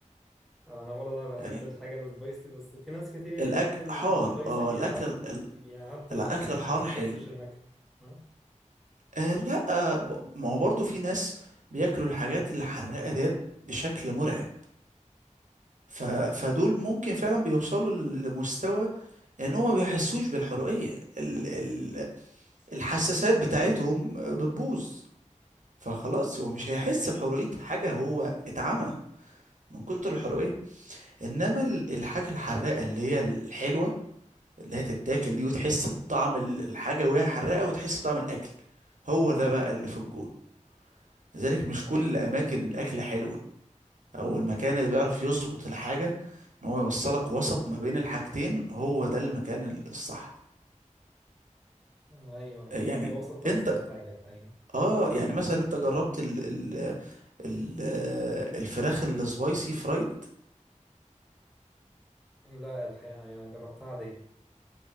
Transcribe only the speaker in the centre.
انا برضه انا بحب
الحاجه السبايسي بس في ناس كتير يعني
بتقول
السبايسي
بيعد
بيعد النكهه
يعني
انت ما بتحسش
النكهه ها؟
ايوه
الحاجه الوسط احسن
حاجه الحقيقه
لا الحقيقة يعني جربتها عادية